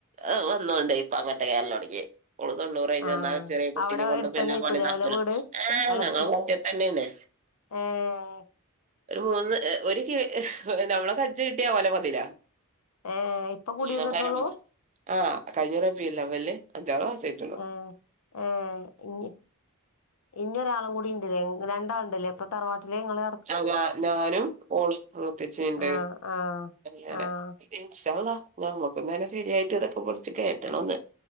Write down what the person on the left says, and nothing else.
ആഹ്
അവിടെ എടുത്തന്നേക്കൂലേ
ഓലെ വീട്
എളച്ചി
ഏഹ്
ഏഹ് ഇപ്പൊ കുടിയിരുന്നിട്ടുള്ളൂ
ആഹ് ഏഹ് ഇഞ്ഞി ഇഞൊരാളുംകൂടിണ്ട്ലേ ഇൻങ്ങക്ക്‌ രണ്ടാള്ണ്ട്ലേ ഇപ്പൊ തറവാട്ടില് ഇങ്ങളെ
ആഹ് ആഹ്
ആഹ്